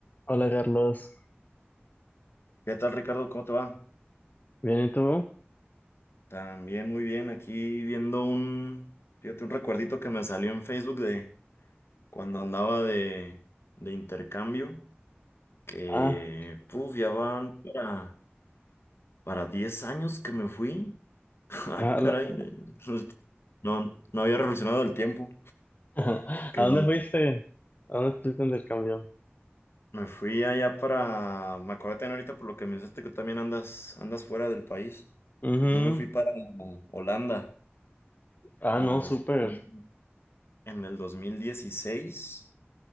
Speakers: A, on the left; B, on the left.
A: Hola Carlos,
B: ¿Qué tal, Ricardo? ¿Cómo te va?
A: ¿bien y tú?
B: También muy bien, aquí viendo un, fíjate, un recuerdito que me salió en Facebook de cuando andaba de, de intercambio, que,
A: Ah,
B: puf, ya van para, para 10 años que me fui. <laughs> Ay,
A: a,
B: caray,
A: la-
B: el- el- no, no había reflexionado el tiempo,
A: <laughs>
B: que
A: ¿A dónde
B: me
A: fuiste? ¿A dónde estuviste en el cambio?
B: me fui allá para, me acordé también ahorita por lo que me dijiste que también andas, andas fuera del país.
A: Ujú.
B: Yo me fui para Holanda
A: Ah,
B: y
A: no,
B: me
A: súper.
B: fui. en el 2016.